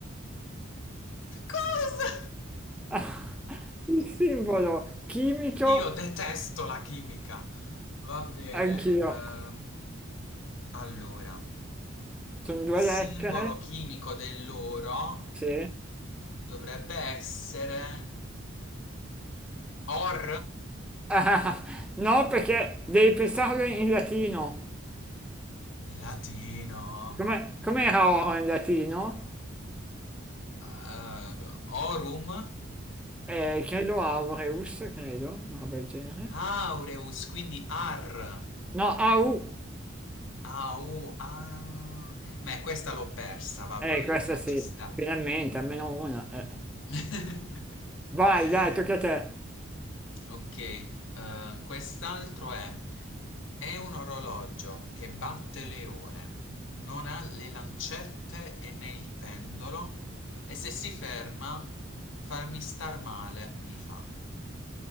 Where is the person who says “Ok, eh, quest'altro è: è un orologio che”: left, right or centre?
Left